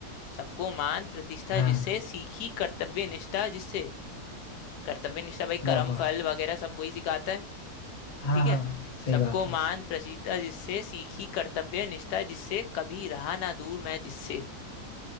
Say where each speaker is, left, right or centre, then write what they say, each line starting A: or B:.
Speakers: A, on the left; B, on the left.
A: सबको मान प्रतिष्ठा
B: हाँ
A: जिससे सीखी कर्तव्य निष्ठा जिससे कर्तव्य निष्ठा भाई कर्म
B: वाह वाह
A: फल वगैरह सब वही सिखाता है
B: हाँ
A: ठीक
B: हाँ
A: है
B: सही
A: सबको
B: बात
A: मान
B: है
A: प्रसीता जिससे सीखी कर्तव्य निष्ठा जिससे कभी रहा ना दूर मैं जिससे